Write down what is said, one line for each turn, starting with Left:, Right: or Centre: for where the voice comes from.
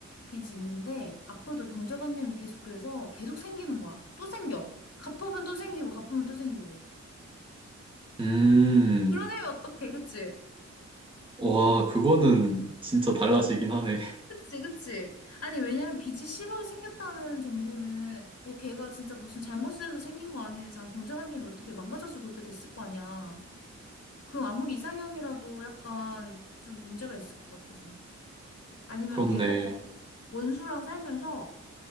Left: 빚이 있는데 앞으로도 경제관념이 계속 그래서 계속 생기는 거야. 또 생겨. 갚으면 또 생기고 갚으면 또 생기고.
Right: 음,
Left: 그런 애면 어떡해, 그치?
Right: 와, 그거는 진짜 달라지긴 하네. <laughs>
Left: 그치, 그치. 아니, 왜냐면 빚이 10억 생겼다는 정도는, 뭐 걔가 진짜 무슨 잘못을 해서 생긴 거 아닌 이상 경제관념이 어떻게 망가져서 그렇게 됐을 거 아니야. 그럼 아무리 이상형이라도 약간 좀 문제가 있을 것 같아서. 아니면
Right: 그렇네.
Left: 100억 받고 원수랑 살면서